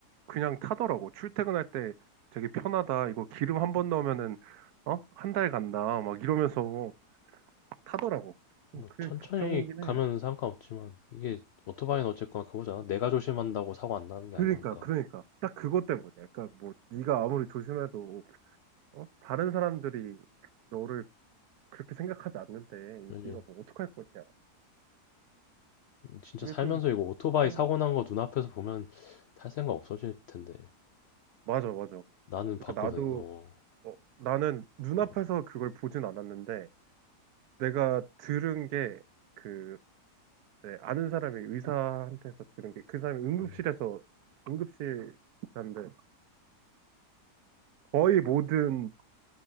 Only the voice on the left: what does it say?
뭐
천천히
가면
상관없지만 이게 오토바이는 어쨌거나 그거잖아. 내가 조심한다고 사고 안 나는 게
아니니까.
그지.
진짜
살면서
이거 오토바이
사고 난거 눈앞에서 보면 탈 생각 없어질 텐데.
나는
봤거든.
어.
어.
음.